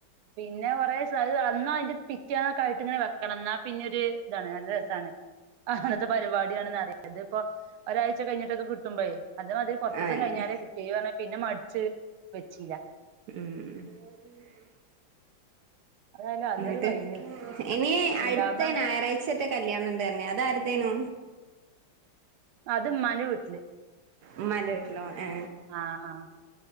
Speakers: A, on the right; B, on the right.
A: പിന്നെ കൊറേ <unintelligible> പിറ്റേന്ന് കഴുത്തിൽ ഇങ്ങനെ വെക്കണം എന്ന പിന്നെ ഒരു ഇതാണ് നല്ല രസമാണ് അങ്ങനത്തെ പരിപാടിയണെന്ന് അറിയാം ഇതിപ്പോ ഒരാഴ്ച കഴിഞ്ഞിട്ട് കുട്ടും പയെ അത് മതി കുറച്ച് ദിവസം
B: ആന്നെ
A: കഴിഞ്ഞേ കിട്ടിയേ പിന്നെ മടിച്ച് വെച്ചില്ല
B: ഉം
A: അതായാലും അതൊരു
B: എന്നിട്ട്
A: കഴിഞ്ഞു
B: ഇനി
A: ഇണ്ടാവുന്ന
B: അടുത്ത ഞായറാഴ്ച ഒറ്റ കല്യാണണ്ട് തന്നെ അത് ആരുടത്തേന്ന്
A: അത് ഉമ്മാൻ്റെ വീട്ടില്
B: ഉമ്മാൻ്റെ വീട്ടില് ഏ
A: ആഹ് ആഹ്